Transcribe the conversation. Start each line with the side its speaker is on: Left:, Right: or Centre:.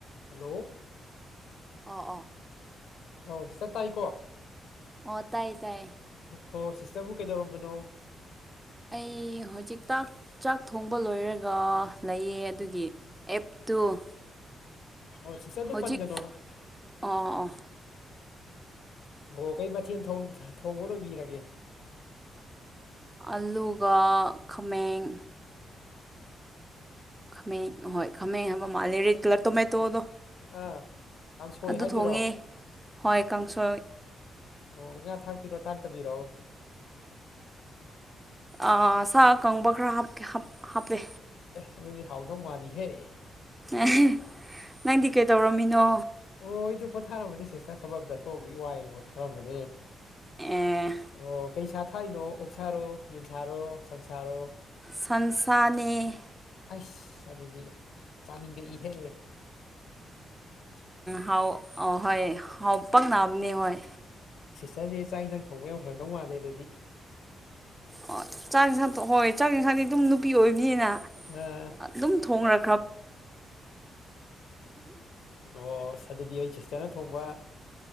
Left: hello
Right: ꯑꯣ ꯑꯣ
Left: ꯑꯣ ꯁꯤꯁ ꯇꯥꯏ
Right: ꯑꯣ ꯇꯥꯏꯌꯦ ꯇꯥꯏꯌꯦ
Left: ꯍꯣ ꯁꯤꯁꯇꯔꯕꯨ ꯀꯩꯗꯧꯔꯝꯕꯅꯣ
Right: ꯑꯩ ꯍꯧꯖꯤꯛ ꯆꯥꯛ ꯊꯣꯡꯕ ꯂꯣꯏꯔꯒ ꯂꯩꯌꯦ ꯑꯗꯨꯒꯤ ꯑꯦꯞꯇꯨ
Left: ꯑꯣ ꯁꯤ ꯁ ꯑꯗꯨ
Right: ꯍꯧꯖꯤꯛ
Left: ꯄꯒꯅꯣ ꯍꯥ
Right: ꯑꯣ ꯑꯣ
Left: ꯑꯣ ꯀꯩ ꯃꯊꯦꯜ ꯊꯣꯡꯕ ꯂꯣꯏꯕꯤꯔꯒꯦ
Right: ꯑꯜꯂꯨꯒ ꯈꯥꯃꯦꯡ ꯈꯃꯥꯡ ꯍꯣꯏ ꯈꯃꯥꯡ ꯍꯥꯏꯕ ꯃꯥꯜꯂꯦ ꯔꯦꯠ ꯀꯂꯔ ꯇꯣꯃꯦ ꯇꯣꯗꯣ
Left: ꯑꯥ ꯀꯥꯡꯁꯣꯏ
Right: ꯑꯗꯨ
Left: ꯍꯥꯏꯗꯣꯏꯔꯣ
Right: ꯊꯣꯡꯉꯦ ꯍꯣꯏ ꯀꯥꯡꯁꯣꯏ
Left: ꯑꯣ ꯉꯥ ꯊꯥꯛꯄꯤꯔꯣ ꯊꯥꯛꯇꯕꯤꯔꯣꯑꯣ
Right: ꯑꯥ ꯁꯥ ꯑꯀꯪꯕ ꯈꯔ ꯍꯞ ꯍꯞ ꯍꯥꯞꯄꯦ
Left: ꯑꯦꯗꯤ ꯍꯥꯎꯗꯥꯎ ꯃꯥꯔꯤ ꯍꯦ
Right: ꯑꯦ ꯅꯪꯗꯤ ꯀꯩꯗꯧꯔꯝꯃꯤꯅꯣ
Left: ꯑꯣ ꯑꯩꯁꯨ ꯄꯣꯊꯥꯔꯝꯕꯅꯦ ꯁꯤꯁꯇ ꯊꯕꯛ ꯑꯃ ꯆꯠꯊꯣꯛꯑꯕꯒꯤ ꯋꯥꯏꯅ ꯄꯣꯊꯥꯔꯝꯕꯅꯦ
Right: ꯑꯦ
Left: ꯑꯣ ꯀꯩ ꯁꯥ ꯊꯥꯛꯏꯅꯣ ꯑꯣꯛꯁꯥꯔꯣ ꯌꯦꯟ ꯁꯥꯥꯔꯣ ꯁꯟꯁꯥꯔꯣ
Right: ꯁꯟꯁꯥꯅꯦ
Left: ꯑꯁ ꯑꯗꯨꯗꯤ ꯆꯥꯅꯤꯡꯉꯦ ꯏꯍꯦ
Right: ꯍꯥꯎ ꯍꯣꯏ ꯍꯥꯎ ꯄꯛꯑꯝꯅꯦ ꯍꯣꯏ
Left: ꯅꯪꯗꯤ ꯆꯥꯛ ꯏꯟꯁꯥꯡ ꯊꯣꯡꯕ ꯌꯥꯝ ꯍꯩꯔꯝꯗꯧ ꯃꯥꯜꯂꯦ ꯑꯗꯨꯗꯤ
Right: ꯑꯣ ꯆꯥꯛ ꯌꯦꯟꯁꯥꯡ ꯍꯣꯏ ꯆꯥꯛ ꯏꯟꯁꯥꯡꯗꯤ ꯑꯗꯨꯝ ꯅꯨꯄꯤ ꯑꯣꯏꯅꯤꯑꯅ
Left: ꯑꯥ
Right: ꯑꯗꯨꯝ ꯊꯣꯡꯂ
Left: ꯑꯣ ꯑꯗꯨꯗꯤ ꯑꯩ ꯁꯤꯁꯇꯔꯅ ꯊꯣꯡꯕ